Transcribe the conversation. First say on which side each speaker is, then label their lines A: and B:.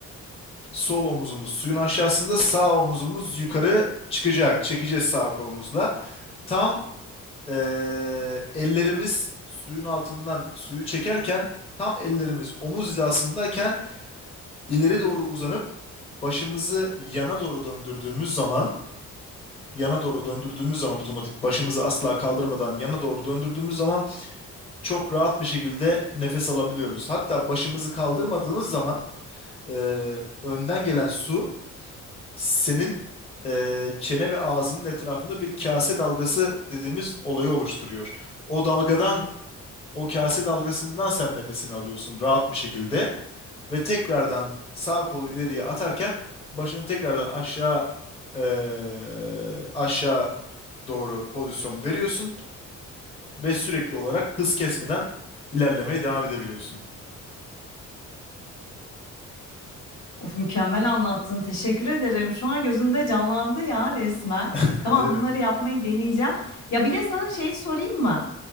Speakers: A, on the left; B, on the left.
A: sol omuzumuz suyun aşağısında, sağ omuzumuz yukarı çıkacak. Çekeceğiz sağ kolumuzla. Tam eee, ellerimiz suyun altından suyu çekerken, tam ellerimiz omuz hizasındayken ileri doğru uzanıp başımızı yana doğru döndürdüğümüz zaman yana doğru döndürdüğümüz zaman otomatik başımızı asla kaldırmadan yana doğru döndürdüğümüz zaman çok rahat bir şekilde nefes alabiliyoruz. Hatta başımızı kaldırmadığımız zaman e, önden gelen su senin e, çene ve ağzının etrafında bir kase dalgası dediğimiz olayı oluşturuyor. O dalgadan o kase dalgasından sen nefesini alıyorsun rahat bir şekilde. ve tekrardan sağ kolu ileriye atarken başını tekrardan aşağı eee, aşağı doğru pozisyon veriyorsun ve sürekli olarak hız kesmeden ilerlemeye devam edebiliyorsun.
B: Of mükemmel anlattın. Teşekkür ederim. Şu an gözümde canlandı ya resmen.
A: <laughs>
B: Tamam
A: Ne demek?
B: bunları yapmayı deneyeceğim. Ya bir de sana şey sorayım mı?